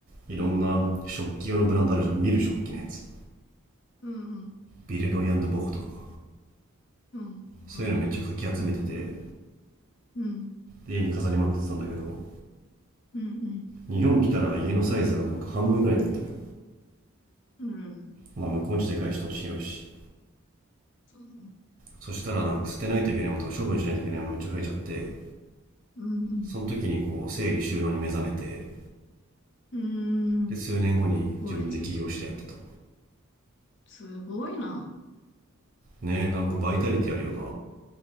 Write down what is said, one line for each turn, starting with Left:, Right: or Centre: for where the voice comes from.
Right: いろんな食器用のブランドあるじゃん見る食器のやつ
Left: うんうん。
Right: ビレロイボコとかが
Left: うん。わかんないけど。
Right: そういうのめっちゃかき集めてて
Left: うん。うん。
Right: 家に飾りまくってたんだけど
Left: うんうん。
Right: 日本来たら家のサイズがなんか半分ぐらいになったのよ
Left: うん。
Right: まあ向こうちでかいし土地広いし
Left: そうね。
Right: そしたらなんか捨てないといけないものとか処分しないといけないものめっちゃ増えちゃって
Left: うんうん。
Right: その時にこう整理収納に目覚めて
Left: うーん。
Right: で数年後に自分で起業してやってた
Left: 効率よく。すごいな。
Right: ねなんかバイタリティあるよな